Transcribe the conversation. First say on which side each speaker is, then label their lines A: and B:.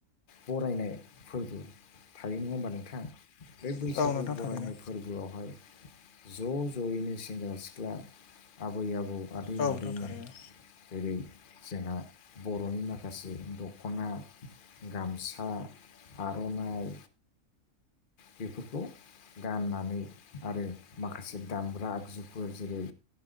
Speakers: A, on the left (about 40°); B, on the left (about 85°).
A: बरायनाय फोरबो थायो नङा होमबा नोंथां बे
B: औ
A: बैसागु
B: नोंथां
A: बरायनाय
B: थारैनो
A: फोरबोआवहाय ज' ज'यैनो सेंग्रा सिख्ला आबै आबौ आदै
B: औ
A: मादैमोन।
B: नोंथां थारैनो
A: जेरै जोंहा बर'नि माखासे दखना गामसा आर'नाइ बेफोरखौ गाननानै आरो माखासे दामग्रा आगजुफोर जेरै